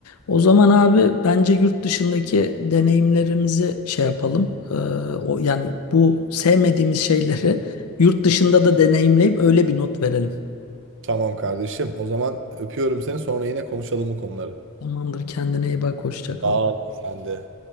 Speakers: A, on the left (about 75°); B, on the right (about 55°).
A: O zaman abi bence yurt dışındaki deneyimlerimizi şey yapalım. Ee, o yani bu sevmediğimiz şeyleri yurt dışında da deneyimleyip öyle bir not verelim.
B: Tamam kardeşim. O zaman öpüyorum seni. Sonra yine konuşalım bu konuları.
A: Tamamdır kendine iyi bak hoşça kal.
B: Sağ ol. Sen de.